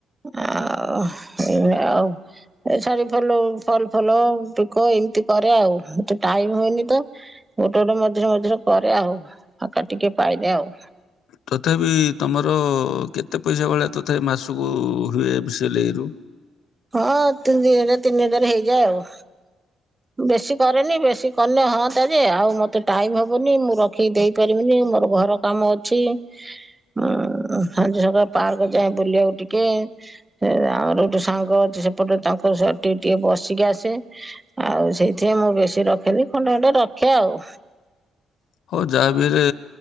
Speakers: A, on the right; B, on the left.
A: ଆଉ ଏଇଆ ଆଉ ଏ ଶାଢ଼ୀ ଫଲ। ଫଲ ଫଲ ପିକ ଏମିତି କରେ ଆଉ ମତେ ଟାଇମ ହୁଏନି ତ। ଗୋଟେ ଗୋଟେ ମଝିରେ ମଝିରେ କରେ ଆଉ ଫାଙ୍କା ଟିକେ ପାଇନେ ଆଉ।
B: ତଥାପି ତମର କେତେ ପଇସା ଭଳିଆ ତଥାପି ମାସ କୁ ହୁଏ ବ ସିଲେଇ ରୁ।
A: ହଁ ତିନି ତିନି ହଜାର ହେଇଯାଏ ଆଉ।
B: ହ
A: ବେଶୀ କରେନି ବେଶୀ କନେ ହଁ ତା ଯେ ଆଉ ମତେ ଟାଇମ ହବନି ମୁଁ ରଖିକି ଦେଇ ପାରିବିନି ମୋର ଘର। କାମ ଅଛି ଉଁ ସଞ୍ଜ ସକାଳ ପାର୍କ ଯାଏ ବୁଲିବାକୁ ଟିକେ। ସେ ଆମର ଗୋଟେ ସାଙ୍ଗ ଅଛି ସେପଟ ତାଙ୍କ ସେଠି ଟିକେ ବସିକି ଆସେ। ଆଉ ସେଇଥିପାଇଁ ମୁଁ ବେଶୀ ରଖେନି ଖଣ୍ଡେ ଖଣ୍ଡେ ରଖେ ଆଉ।
B: ହଁ ଯାହା ବି ହେଲେ